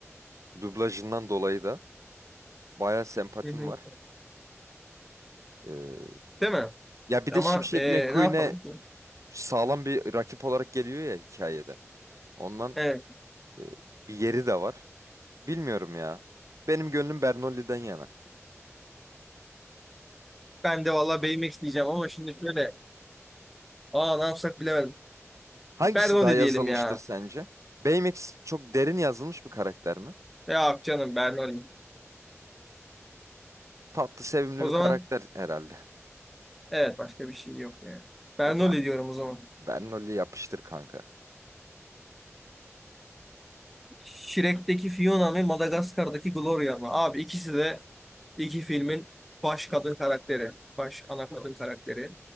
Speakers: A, on the right; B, in the centre.
A: e, dublajından dolayı da bayağı sempatim
B: hı hı.
A: var. E,
B: Değil mi?
A: ya bir
B: Ama
A: de Şimşek
B: eee,
A: McQueen'e
B: ne yapalım ki?
A: sağlam bir rakip olarak geliyor ya hikayede. Ondan
B: Evet.
A: e, bir yeri de var. Bilmiyorum ya. Benim gönlüm Bernolli'den yana.
B: Ben de valla BMX diyeceğim ama şimdi şöyle. Aa ne yapsak bilemedim.
A: Hangisi
B: Bernoulli
A: daha yazılmıştır
B: diyelim ya.
A: sence? Baymax çok derin yazılmış bir karakter mi?
B: Ya canım Bernoulli.
A: Tatlı, sevimli
B: O
A: bir
B: zaman
A: karakter herhalde.
B: evet başka bir şey yok yani. Bernoulli
A: E tamam.
B: diyorum o zaman.
A: Bernoulli yapıştır kanka.
B: Shrek'teki Fiona ve Madagaskar'daki Gloria mı? Abi ikisi de iki filmin baş kadın karakteri. Baş ana kadın karakteri.